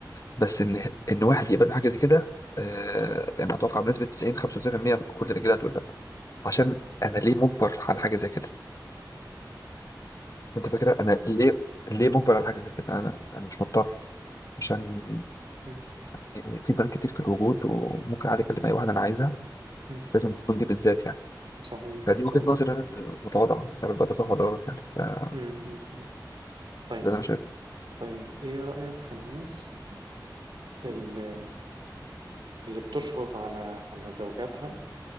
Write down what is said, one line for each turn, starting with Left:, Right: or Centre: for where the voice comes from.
Left: بس ان ان واحد يقبل بحاجة زي كده آه يعني اتوقع بنسبة 90 95% كل الرجاله هتقول لا عشان
Right: مم.
Left: انا ليه مجبر على حاجة زي كده انت فاكر انا ليه ليه مجبر على حاجه زي كده انا انا مش مضطر عشان
Right: مم.
Left: يعني في بنات كتير في الوجود وممكن عادي اكلم اي واحده انا عايزها
Right: مم.
Left: لازم تكون دي بالذات يعني
Right: صحيح
Left: فدي
Right: صحيح
Left: وجهه نظري انا المتواضعه يعني بقى ده صح ولا غلط يعني ف- ده
Right: امم طيب
Left: اللي انا شايفه
Right: طيب ايه رأيك في الناس اللي, اللي بتشرط على على زوجاتها